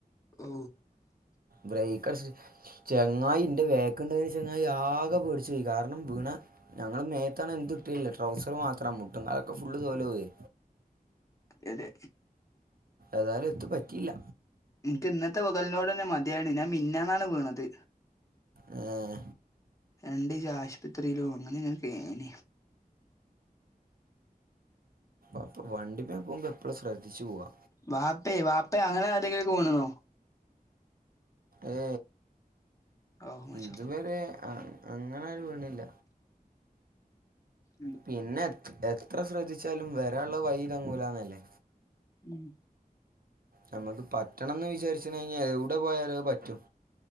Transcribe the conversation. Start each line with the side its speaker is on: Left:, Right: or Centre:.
Left: ഓ
Right: ബ്രേക്ക ചങ്ങായി ഇന്റെ വേക്ക്ണ്ടന് ചങ്ങ ആകെ പേടിച്ചു പോയി കാരണം വീണ ഞങ്ങള്ൾ മേത്താണ് എട്ടില്ല ട്രൗസർ മാത്രം മുട്ടും അതൊക്കെ ഫുള്ള് തോല പോയി
Left: അതെ അതെ
Right: ഏതായാലും എത്ത പറ്റിയില്ല
Left: എനിക്ക് ഇന്നത്തെ വകലിനോട് തന്നെ മതിയാണ് ഞാൻ മിന്ന <unintelligible> വീണത്
Right: ഉം
Left: രണ്ട് ആശുപത്രിയിലോ അങ്ങനെ ങ്ങ കേന
Right: അപ്പ വണ്ടിമേ പോകുമ്പോ എപ്പോഴും ശ്രദ്ധിച്ചു പോവാ
Left: ബാപ്പ ബാപ്പ അങ്ങനെ ആതെങ്കില പോണന്നോ
Right: ഏ
Left: ഔ മാഷാ
Right: ഇതുവരെ
Left: അള്ളാ
Right: അങ്ങനെരു വീണില്ല
Left: ഉം
Right: പിന്നെ എത്ര ശ്രദ്ധിച്ചാലും വരുള്ള വൈതങ്ങൂഉള്ളത് വഴിയിൽ താങ്ഗുല
Left: ഉം
Right: നമ്മുക്ക് പറ്റണംന്ന് വിചാരിച്ചിട്ടുണ്ടെങ്കിൽ കഞ്ഞ എവിടെ പോയാല പറ്റും